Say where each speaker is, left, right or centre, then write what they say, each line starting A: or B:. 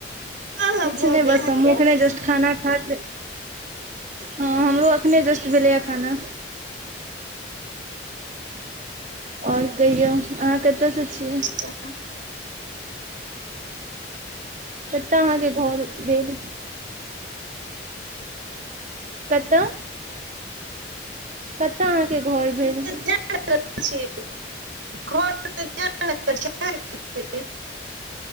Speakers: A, on the right; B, on the right.
A: हँ हँ
B: किछु
A: भऽ
B: नहि बस
A: गेल अहाँके
B: हमहुँ एखने जस्ट खाना खाके हँ हमरो एखने जस्ट भेलैए खाना। आओर कहियौ अहाँ कतसे छियै?
A: च
B: कत अहाँके घर भेल कतऽ? कत अहाँके घर भेल?
A: <unintelligible>